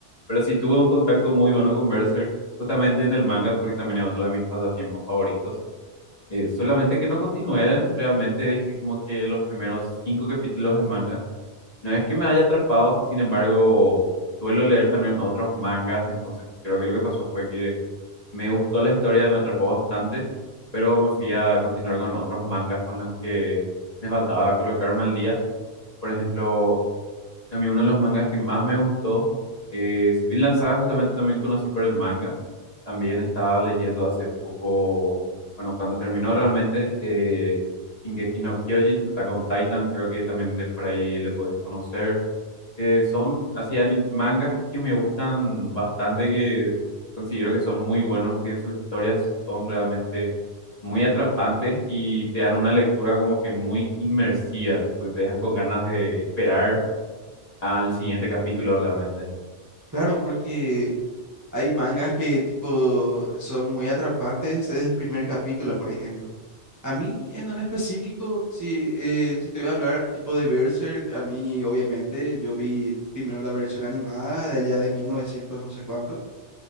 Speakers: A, on the left; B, on the right.
A: Pero sí tuve un contacto muy bueno con Berserk, justamente en el manga, porque también es otro de mis pasatiempos favoritos. Eh, solamente que no continué, realmente dejé como que los primeros cinco capítulos del manga. No es que me haya atrapado, sin embargo, suelo leer también otros mangas, entonces creo que lo que pasó fue que me gustó la historia, me atrapó bastante, pero me fui a continuar con otros mangas con los que me faltaba colocarme al día. Por ejemplo, a mí uno de los mangas que más me gustó es Vinland Saga, justamente también conocí por el manga. También estaba leyendo hace poco, bueno, cuando terminó realmente, eh, Shingeki no Kyojin, Attack on Titan, creo que también de por ahí le podés conocer, que son así ani- mangas que me gustan bastante, que considero que son muy buenos, que sus historias son realmente muy atrapantes y te dan una lectura como que muy inmersiva, porque te dejan con ganas de esperar al siguiente capítulo realmente.
B: Claro, porque hay mangas que tipo son muy atrapantes desde el primer capítulo, por ejemplo. A mí en el específico, si, eh, si te voy a hablar tipo de Berserk, a mí obviamente yo vi primero la versión animada de allá de 1900 no sé cuánto